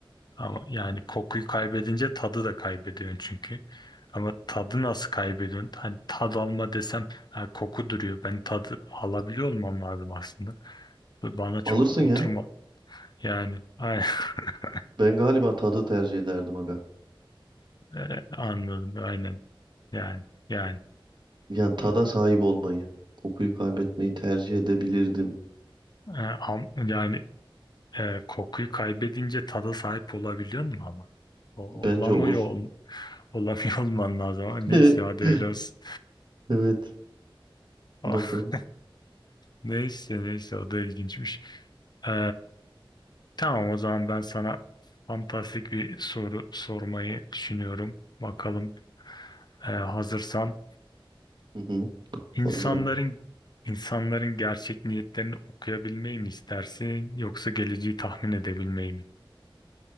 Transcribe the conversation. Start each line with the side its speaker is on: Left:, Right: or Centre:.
Left: Ama yani kokuyu kaybedince tadı da kaybediyorsun çünkü. Ama tadı nasıl kaybediyorsun? Hani tad alma desem ha, koku duruyor. Ben tadı alabiliyor olmam lazım aslında. Ve Bana çok
Right: Alırsın
Left: oturma.
Right: ya.
Left: Yani aynen. <laughs>
Right: Ben galiba tadı tercih ederdim aga.
Left: E, anladım aynen. Yani yani
Right: Yani tada sahip olmayı, kokuyu kaybetmeyi tercih edebilirdim.
Left: e, am- yani e, kokuyu kaybedince tada sahip olabiliyor mu ama? O, olamıyor
Right: Bence olur.
Left: ol, olamıyor <laughs> olman lazım. Ama neyse
Right: <laughs>
Left: hadi öyle olsun.
Right: Evet,
Left: <laughs>
Right: bakalım.
Left: neyse neyse o da ilginçmiş. E, Tamam o zaman ben sana fantastik bir soru sormayı düşünüyorum. Bakalım e, hazırsan.
Right: Hı hı,
Left: İnsanların
Right: hazırım.
Left: insanların gerçek niyetlerini okuyabilmeyi mi istersin yoksa geleceği tahmin edebilmeyi mi?